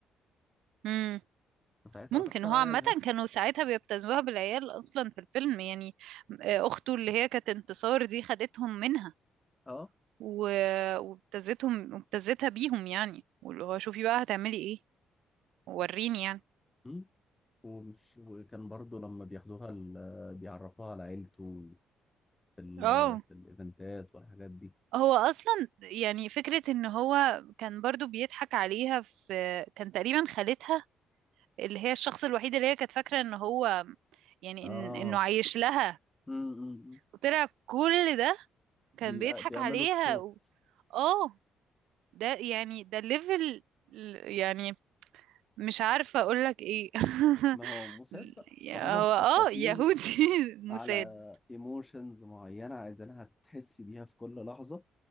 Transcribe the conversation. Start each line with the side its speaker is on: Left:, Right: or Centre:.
Right: مم.
Left: فساعتها
Right: ممكن
Left: هتخسر
Right: هو
Left: عيالها
Right: عامة كانوا ساعتها بيبتزوها بالعيال أصلا في الفيلم يعني آه، أخته اللي هي كانت انتصار دي خدتهم منها
Left: اه
Right: و... وابتزتهم وابتزتها بيهم يعني واللي هو شوفي بقى هتعملي ايه وريني يعني
Left: أمم. ومش وكان برضو لما بياخدوها ال... بيعرفوها على عيلته في ال...
Right: اه
Left: في الايفنتات والحاجات دي
Right: هو اصلا يعني فكرة ان هو كان برضو بيضحك عليها في كان تقريبا خالتها اللي هي الشخص الوحيد اللي هي كانت فاكرة ان هو يعني
Left: اه
Right: إن... انه عايش لها
Left: أمم، أمم، أمم.
Right: وطلع كل ده كان
Left: بي...
Right: بيضحك
Left: بيعملوا
Right: عليها
Left: الصوت
Right: و... اه ده يعني ده الليفل يعني مش عارفة اقولك ايه
Left: ما هو
Right: <laughs>
Left: موساد بقى فهم
Right: يا-
Left: مخططين
Right: هو اه يهودي <laughs>
Left: على
Right: مساد
Left: ايموشنز معينة عايزينها تحس بيها في كل لحظة